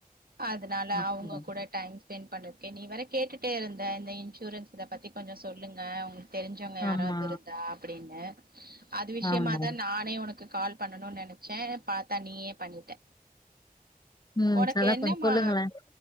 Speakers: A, on the right (about 80°); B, on the left (about 25°).
A: அதனால
B: அப்டியா
A: அவங்க கூட டைம்ஸ் <unintelligible> பண்றதுக்கே நீ வேற கேட்டுட்டே இருந்த இந்த இன்சூரன்ஸ் இத பத்தி கொஞ்சோ சொல்லுங்க உங்குளுக் தெரிஞ்சவங்க யாராவது
B: ஆமா
A: இருந்தா அப்டின்னு அது விஷியமாதா
B: ஆமா
A: நானே உனக் கால் பண்ணணும்னு நெனச்சே பாத்தா நீயே பண்ணிட்ட
B: ம்
A: உனக்கு
B: அதான்
A: என்னமா
B: கொஞ்சம் சொல்லுங்களேன்